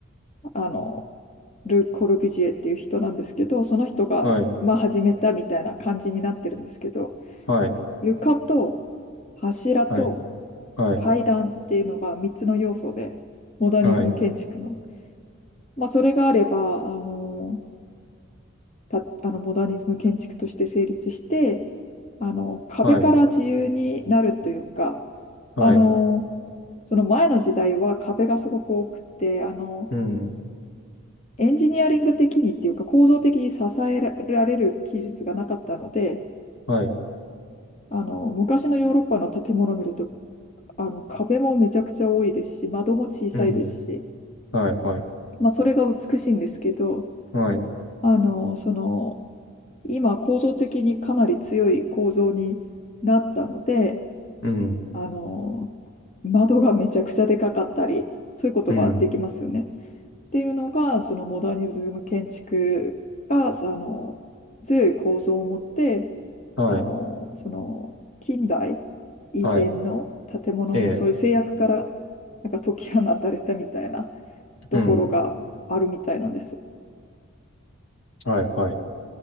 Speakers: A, on the left (about 35°); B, on the left (about 75°).
A: あの、ル・コルビュジエっていう人なんですけど、その人が、
B: はい、
A: まあ、始めたみたいな感じになってるんですけど、
B: はい、
A: 床と柱と
B: はい、はい、
A: 階段っていうのが3つの要素で、モダニズム建築の。
B: はい、
A: まあ、それがあれば、あの、た、あの、モダニズム建築として成立して、あの、壁から自由になるというか、
B: はい、はい、
A: あの、その前の時代は壁がすごく多くて、あの、
B: うん、
A: エンジニアリング的にっていうか構造的に支えられる技術がなかったので、
B: はい、
A: あの、昔のヨーロッパの建物を見るとあの、壁もめちゃくちゃ多いですし、窓も小さいですし、
B: うん、はい、はい、
A: まあ、それが美しいんですけど、
B: はい、
A: あの、その、今、構造的にかなり強い構造になったので、
B: うん、
A: あの、窓がめちゃくちゃでかかったり、そういうことができますよね。
B: うん、
A: っていうのが、そのモダニズム建築が、あの、強い構造を持って、
B: はい、
A: あの、その、近代以前の建物のそういう制約からなんか解き放たれたみたいな
B: はい、ええ、
A: ところがあるみたいなんです。
B: うん、はい、はい、